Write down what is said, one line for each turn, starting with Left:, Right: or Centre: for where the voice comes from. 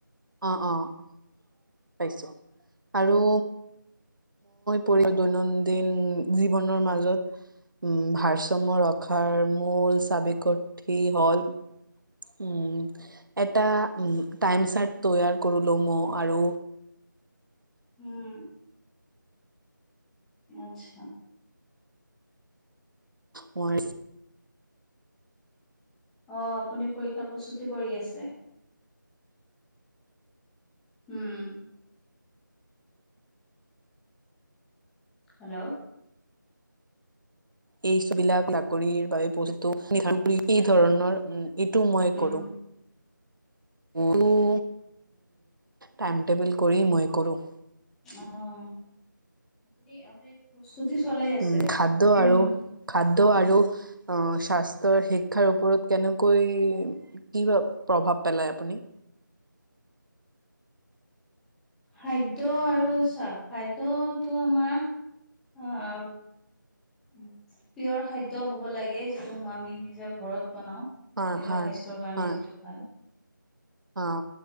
Right: অ' অ'! পাইছোঁ। আৰু মই <unintelligible> দৈনন্দিন জীৱনৰ মাজত উম, ভাৰসাম্য ৰখাৰ মূল চাবিকাঠি হ'ল, উম, এটা উম, টাইম চাৰ্ট তৈয়াৰ কৰিলোঁ মইয়ো। আৰু
Centre: উম। আচ্ছা।
Right: মই
Centre: অ'! আপুনি পৰীক্ষাৰ প্ৰস্তুতি কৰি আছে? উম। হেল্ল'?
Right: এইবিলাক চাকৰিৰ বাবে পষ্টো, এই ধৰণৰ উম, এইটো মই
Centre: উম
Right: কৰোঁ। <unintelligible> টাইম-টেবুল কৰি মই কৰোঁ।
Centre: অ'! আপুনি-আপুনি প্ৰস্তুতি চলাই আছে?
Right: উম খাদ্য
Centre: উম!
Right: আৰু খাদ্য আৰু অ' স্বাস্থ্যৰ শিক্ষাৰ ওপৰত কেনেকৈ কি প্ৰ প্ৰভাৱ পেলাই আপুনি?
Centre: খাদ্য আৰু চা খাদ্যটো আমাৰ আ পিয়ৰ খাদ্য হ'ব লাগে যিটো আমি নিজে ঘৰত বনাও।
Right: হয়
Centre: নিজৰ
Right: হয়
Centre: স্বাস্থ্যৰ কাৰণে
Right: হয়
Centre: যিটো ভাল।
Right: অ'।